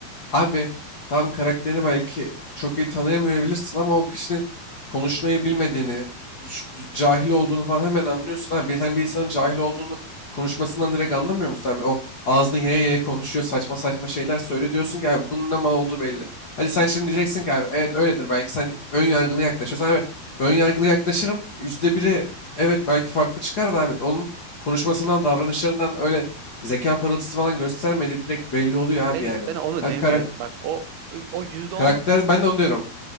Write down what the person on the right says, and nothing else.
Yok
yok
ben
ben onu
demiyorum.
Bak o o yüzde
onluk